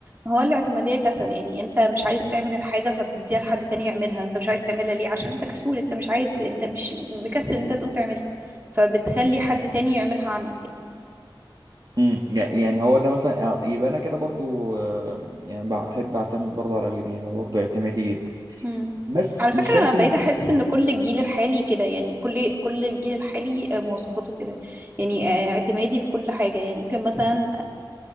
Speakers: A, on the right; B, on the right.
A: هو الاعتمادية كسل يعني انت مش عايز تعمل الحاجة فبتديها لحد تاني يعملها انت مش عايز تعملها ليه عشان انت كسول انت مش عايز انت مش مكسل انت تقوم تعملها فبتخلي حد تاني يعملها عنك يعني
B: امم يعني هو ده مثلا آه، يبقى انا كده برضو آه، يعني بحب اعتمد برضو على غيري يعني برضو اعتمادي جدا
A: مم.
B: بس
A: على
B: مش
A: فكرة
B: شايف
A: انا بقيت
B: ان
A: احس ان كل الجيل الحالي كده يعني كل كل الجيل الحالي آه، مواصفاته كده يعني آه، اعتمادي في كل حاجة يعني ممكن مثلا